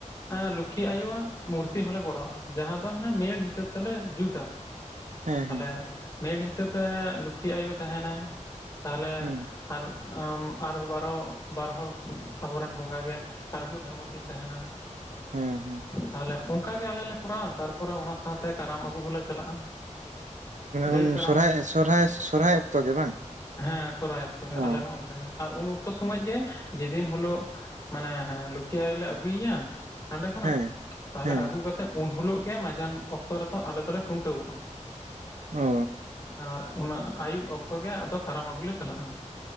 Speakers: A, on the left (about 25°); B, on the right (about 70°).
A: ᱞᱚᱠᱠᱷᱤ ᱟᱭᱳᱣᱟᱜ ᱦᱚᱸᱞᱮ ᱠᱚᱨᱟᱣᱟ ᱡᱟᱦᱟᱸ ᱫᱚ ᱦᱟᱱᱮ ᱢᱮᱲ ᱦᱤᱥᱟᱹᱵ ᱛᱮᱞᱮ ᱡᱩᱛᱟ
B: ᱦᱮᱸ
A: ᱛᱟᱦᱞᱮ
B: ᱦᱮᱸ
A: ᱢᱮᱫ ᱦᱤᱥᱟᱹᱵᱽ ᱨᱮ ᱞᱩᱠᱷᱤ ᱟᱭᱳ ᱛᱟᱦᱮᱱᱟᱭ ᱛᱟᱦᱚᱞᱮ
B: ᱦᱩᱸ
A: ᱟᱨ ᱟᱨᱦᱚᱸ ᱵᱟᱨᱦᱚᱸ ᱵᱟᱨ ᱦᱚᱲ ᱟᱵᱚᱨᱮᱱ ᱵᱚᱸᱜᱟ ᱜᱮ ᱠᱟᱹᱨᱢᱩ ᱫᱷᱟᱨᱢᱩ ᱠᱤᱱ ᱛᱟᱦᱮᱱᱟ
B: ᱦᱮᱸ ᱦᱮᱸ
A: ᱛᱟᱦᱚᱞᱮ ᱚᱱᱠᱟ ᱜᱮ ᱟᱞᱮ ᱞᱮ ᱠᱚᱨᱟᱣᱟ ᱛᱟᱨᱯᱚᱨᱮ ᱚᱱᱟ ᱥᱟᱶᱛᱮ ᱠᱟᱨᱟᱢ ᱟᱹᱜᱩ ᱦᱚᱸᱞᱮ ᱪᱟᱞᱟᱜᱼᱟ ᱰᱟᱹᱨ
B: ᱩᱱ
A: ᱠᱟᱨᱟᱢ
B: ᱥᱚᱨᱦᱟᱭ ᱥᱚᱨᱦᱟᱭ ᱥᱚᱨᱦᱟᱭ ᱚᱠᱛᱚ ᱜᱮ ᱵᱟᱝ
A: ᱦᱮᱸ ᱥᱚᱨᱦᱟᱭ ᱚᱠᱛᱚ ᱜᱮ
B: ᱚ
A: ᱟᱞᱮ ᱦᱚᱸ ᱚᱱᱠᱟ ᱜᱮ ᱟᱨ ᱩᱱ ᱚᱠᱛᱚ ᱥᱚᱢᱚᱭ ᱜᱮ ᱡᱮᱫᱤᱱ ᱦᱳᱞᱳᱜ ᱦᱮᱸᱦᱮᱸ ᱞᱩᱠᱷᱤ ᱞᱮ ᱟᱹᱜᱩᱭᱮᱭᱟ ᱦᱟᱸᱰᱮ ᱠᱷᱚᱱᱟᱜ
B: ᱦᱮᱸ
A: ᱛᱟᱦᱚᱞᱮ
B: ᱦᱮᱸ
A: ᱟᱹᱜᱩ ᱠᱟᱛᱮᱫ ᱩᱱ ᱦᱤᱞᱳᱜ ᱜᱮ ᱢᱟᱡᱟᱱ ᱚᱠᱛᱚ ᱨᱮᱫᱚ ᱟᱞᱮ ᱫᱚᱞᱮ ᱠᱷᱩᱱᱴᱟᱹᱣᱚᱜᱼᱟ
B: ᱚ
A: ᱟᱨ ᱩᱱᱟᱹᱜ ᱟᱹᱭᱩᱵ ᱚᱠᱛᱚ ᱜᱮ ᱟᱫᱚ ᱠᱟᱨᱟᱢ ᱟᱹᱜᱩ ᱞᱮ ᱪᱟᱞᱟᱜᱼᱟ